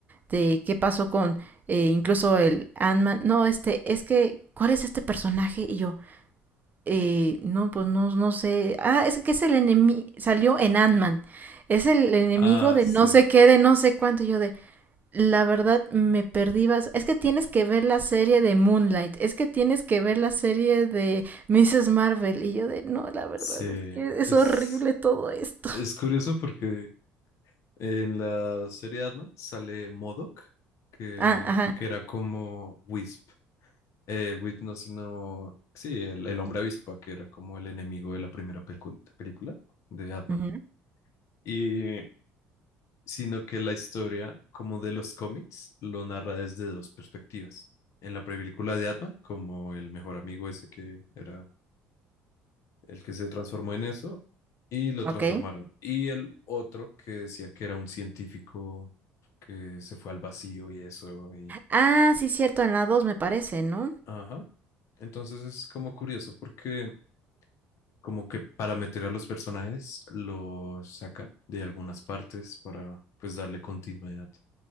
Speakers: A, on the right (about 30°); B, on the left (about 60°).
A: de qué pasó con eh, incluso el Ant-Man. No, este, es que, ¿cuál es este personaje? Y yo, eh, no, pues no, no sé. Ah, es que es el enemigo, salió en Ant-Man. Es el enemigo
B: Ah,
A: de
B: sí,
A: no sé qué, de no sé cuánto. Y yo de, la verdad me perdí. bas- Es que tienes que ver la serie de Moonlight. Es que tienes que ver la serie de Mrs. Marvel. Y yo de, no, la verdad
B: sí,
A: es que
B: es,
A: es horrible todo esto.
B: es curioso porque En la serie de Batman sale M.O.D.O.K., que,
A: Ah, ajá.
B: que era como Wisp. Eh, Wisp no, sino... Sí, el, el hombre avispa, que era como el enemigo de la primera pelcu- película de Batman.
A: ujú,
B: Y sino que la historia, como de los cómics, lo narra desde dos perspectivas. En la película de Batman, como el mejor amigo ese que era el que se transformó en eso, y lo
A: Ok.
B: transformaron. Y el otro que decía que era un científico que se fue al vacío y eso, y...
A: Ah, sí, cierto, en la 2 me parece, ¿no?
B: Ajá. Entonces es como curioso porque como que para meter a los personajes los sacan de algunas partes para pues darle continuidad.